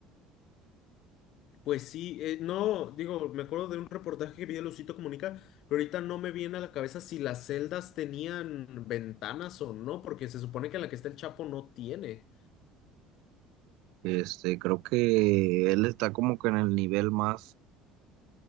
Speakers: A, on the left (about 55°); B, on the right (about 75°).
A: Pues sí, eh, no, digo, me acuerdo de un reportaje que vi de Lucito Comunica, pero ahorita no me viene a la cabeza si las celdas tenían ventanas o no, porque se supone que la que está el Chapo no tiene.
B: Este, creo que él está como que en el nivel más,